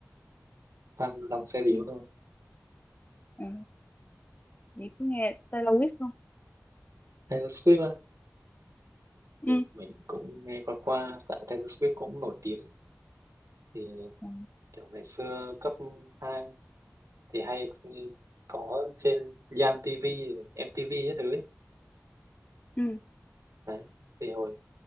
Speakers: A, on the right; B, on the left.
A: toàn lòng xe điếu
B: ừ.
A: thôi
B: Ừ. vậy cứ nghe Taylor Swift không
A: Taylor Swift
B: ừ.
A: thì mình cũng nghe qua qua tại Taylor Swift cũng nổi tiếng thì
B: Ừ.
A: kiểu ngày xưa cấp 2 thì hay có trên Yam TV rồi MTV các thứ ấy.
B: Ừ.
A: đấy thì hồi